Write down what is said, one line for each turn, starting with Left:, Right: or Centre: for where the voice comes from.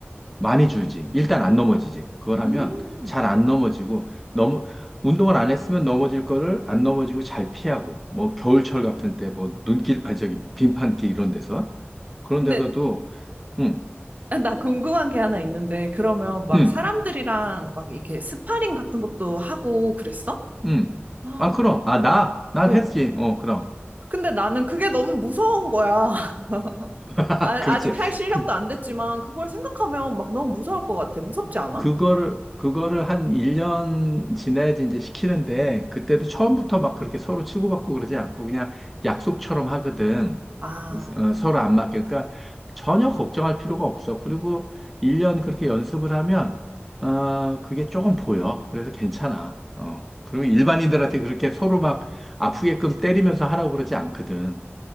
Centre: 많이 줄지. 일단 안 넘어지지. 그걸
Right: 음.
Centre: 하면 잘 안 넘어지고, 너무, 운동을 안 했으면 넘어질 거를 안 넘어지고 잘 피하고, 뭐 겨울철 같은 때, 뭐 눈길, 아니 저기 빙판길 이런 데서. 그런
Right: 근데
Centre: 데서도, 응,
Right: 아, 나 궁금한 게 하나 있는데 그러면 막
Centre: 응,
Right: 사람들이랑 막 이렇게 스파링 같은 것도 하고 그랬어?
Centre: 응.
Right: 아,
Centre: 아, 그럼. 아, 나? 난
Right: 응.
Centre: 했지. 어, 그럼.
Right: 근데 나는 그게 너무 무서운 거야. <laughs>
Centre: <laughs>
Right: 아,
Centre: 그렇지.
Right: 아직 할 실력도
Centre: 그
Right: 안 됐지만 그걸 생각하면 막 너무 무서울 것 같아. 무섭지 않아?
Centre: 그거를, 그거를 한 1년 지나야지 이제 시키는데, 그때도 처음부터 막 그렇게 서로 치고받고 그러지 않고 그냥 약속처럼 하거든.
Right: 아,
Centre: 어, 서로 안 맞게. 그러니까 전혀 걱정할 필요가 없어. 그리고 1년 그렇게 연습을 하면, 아, 그게 조금 보여. 그래서 괜찮아. 어. 그리고 일반인들한테 그렇게 서로 막 아프게끔 때리면서 하라고 그러지 않거든.